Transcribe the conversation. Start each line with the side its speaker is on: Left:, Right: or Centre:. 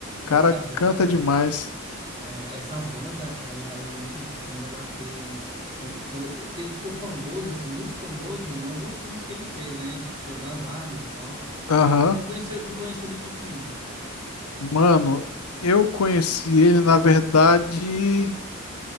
Left: cara
Right: Essa banda,
Left: canta demais.
Right: é, essa banda, ela, eu lembro que quando ela fez. Quando, quando, porque ele ficou famoso, assim, muito famoso em alguns filmes que ele fez, né? Tipo, Senhor das Armas e tal.
Left: Aham.
Right: Tu conheceu, tu conheceu ele em que filme?
Left: Mano, eu conheci ele, na verdade.